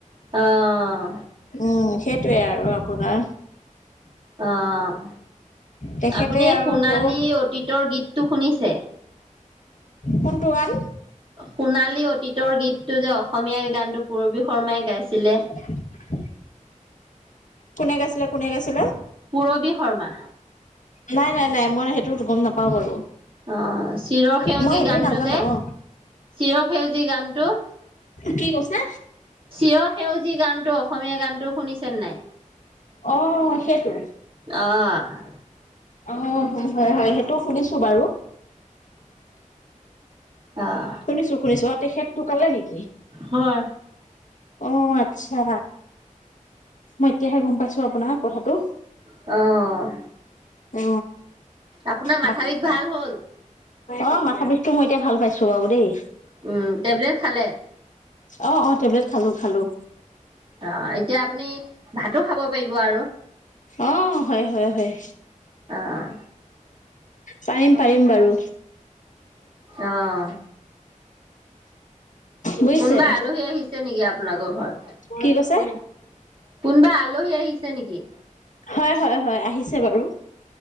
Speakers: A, on the right (about 40°); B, on the left (about 70°).
A: অ'।
B: উ, সেইটোৱে আৰু আপোনাৰ।
A: অ',
B: তেখেতে
A: আপুনি
B: আৰু
A: সোণালী
B: সৰু
A: অতীতৰ গীতটো শুনিছে?
B: কোনটো গান?
A: সোণালী অতীতৰ গীতটো যে অসমীয়া গানটো পূৰবী শৰ্মাই গাইছিলে।
B: <inaudible> কোনে গাইছিলে, কোনে গাইছিলে?
A: পূৰবী শৰ্মা।
B: নাই, নাই, নাই, মই সেইটো গম নাপাওঁ বাৰু।
A: অ', চিৰ সেউজি
B: মই সেইটো
A: গানটো
B: নাজানো
A: যে,
B: অ।
A: চিৰ সেউজি গানটো।
B: কি কৈছে?
A: চিয় সেউজী গানটো, অসমীয়া গানটো শুনিছেন নাই?
B: অ', সেইটো।
A: অ'।
B: অ', হয়, হয়, সেইটো শুনিছো বাৰু।
A: অ'।
B: শুনিছো শুনিছো, অ‌', তেখেত‌ ঢুকালে নেকি?
A: হয়।
B: অ', আচ্ছা। মই এতিয়াহে গম পাইছোঁ আপোনাৰ কথাটো।
A: অ'।
B: অ',
A: আপোনাৰ মাথা
B: বাক <unintelligible>
A: বিষ ভাল হ'ল?
B: অ', মাথা বিষটো মই এতিয়া ভাল পাইছো বাৰু দেই।
A: উ, টেবলেট খালে?
B: অ', অ', টেবলেট খালোঁ, খালোঁ।
A: অ', এতিয়া আপুনি ভাতো খাব পাৰিব আৰু।
B: অ', হয়, হয়, হয়।
A: অ',
B: পাৰিম, পাৰিম বাৰু।
A: অ',
B: বুইছে।
A: কোনোবা আলহী আহিছে নেকি আপোনালোকৰ ঘৰত?
B: কি কৈছে?
A: কোনোবা আলহী আহিছে নেকি?
B: হয়, হয়, হয়, আহিছে বাৰু।